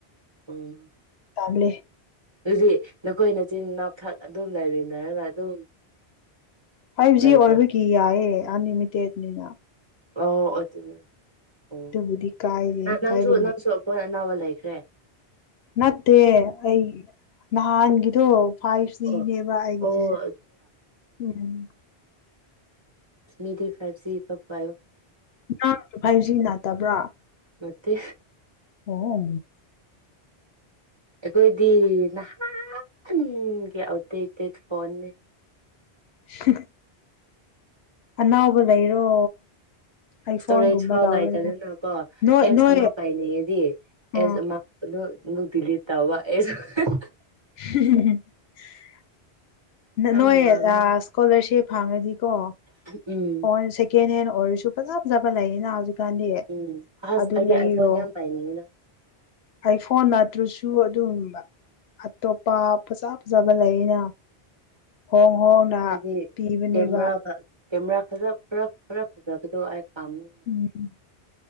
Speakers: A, on the right; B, on the left.
A: ꯑꯣ
B: ꯇꯥꯝꯂꯦ
A: ꯑꯗꯨꯗꯤ ꯅꯈꯣꯏ ꯅꯆꯤꯟꯅꯥꯎꯊꯛ ꯑꯗꯨꯝ ꯂꯩꯃꯤꯟꯅꯔꯒ ꯑꯗꯨꯝ
B: ꯐꯥꯏꯚ
A: ꯂꯩꯕ꯭ꯔꯥ
B: ꯖꯤ ꯑꯣꯏꯕꯒꯤ ꯌꯥꯏꯑꯦ ꯑꯟꯂꯤꯃꯤꯇꯦꯠꯅꯤꯅ
A: ꯑꯣ ꯑꯣ
B: ꯑꯗꯨꯕꯨꯗꯤ
A: ꯑꯗꯨ
B: ꯀꯥꯏꯔꯦ ꯀꯥꯏꯕ
A: ꯑꯣꯁꯨꯁꯨꯕ ꯇꯥꯏꯈ꯭ꯔꯦ
B: ꯃꯠꯇꯦ ꯑꯩ ꯅꯥꯟꯒꯗꯨ ꯐꯥꯏꯅꯦꯕ
A: ꯑꯣ
B: ꯍꯥꯏꯁ
A: ꯑꯣ
B: ꯎꯝ
A: ꯁꯃꯤꯗꯤ ꯐꯁꯤꯄ ꯐ
B: ꯅꯥꯡꯁꯨ ꯍꯥꯏꯁꯤ ꯅꯥꯠꯇꯕ꯭ꯔꯥ
A: ꯇ
B: ꯑꯣ
A: ꯑꯩꯈꯣꯏꯗꯤ ꯅꯍꯥꯟꯒꯤ ꯑꯇꯩ ꯐꯣꯟꯅꯤ
B: ꯁꯤ ꯑꯅꯥꯎꯕ ꯂꯩꯔꯣ ꯑꯥꯏꯐꯣꯟꯒꯨꯝꯕ
A: ꯏꯁꯇꯣꯔꯦꯖ ꯐꯥꯎ
B: ꯂꯧꯔꯅꯦ
A: ꯂꯥꯛꯏꯇꯗꯅ ꯀꯣ
B: ꯅꯣꯏ
A: ꯑꯦꯞꯁ
B: ꯅꯣꯏ
A: ꯑꯃ ꯄꯥꯏꯅꯤꯡꯉꯦꯗꯤ
B: ꯎꯝ
A: ꯑꯦꯁ ꯃꯥꯂ ꯇꯋꯥꯁ <unintelligible>
B: <unintelligible>
A: ꯌꯥꯝ
B: ꯅꯣꯏ
A: ꯋꯥꯕꯅꯦ
B: ꯑꯥ ꯏꯁꯀꯣꯂꯥꯔꯁꯤꯞ ꯐꯪꯉꯗꯤꯀꯣ
A: ꯎꯝ
B: ꯐꫭꯟ ꯁꯦꯀꯦꯟ ꯍꯦꯟ ꯑꯣꯏꯔꯁꯨ ꯐꯖꯖꯕ ꯂꯩꯌꯦꯅ ꯍꯧꯖꯤꯛ ꯀꯟꯗꯤ
A: ꯎꯝ ꯑꯁ
B: ꯑꯗꯨ
A: ꯑꯩꯗꯤ
B: ꯂꯩꯔꯣ
A: ꯑꯥꯏꯐꯣꯟ ꯌꯥꯝ ꯄꯥꯏꯅꯤꯡꯉꯤꯗ
B: ꯑꯩ ꯐꯣꯟ ꯅꯠꯇ꯭ꯔꯁꯨ ꯁꯨ ꯑꯗꯨꯝ ꯑꯇꯣꯞꯄ ꯐꯖ ꯐꯖꯕ ꯂꯩꯑꯅ ꯍꯣꯡ ꯍꯣꯡꯅ
A: ꯑꯩꯗꯤ
B: ꯄꯤꯕꯅꯦꯕ
A: ꯀꯦꯃꯦꯔꯥ ꯐ- ꯀꯦꯃꯦꯔꯥ ꯈꯔꯥ ꯈꯔꯥ ꯈꯔꯥ ꯐꯖꯕꯗꯣ ꯑꯩ ꯄꯥꯝꯃꯤ
B: ꯎꯝ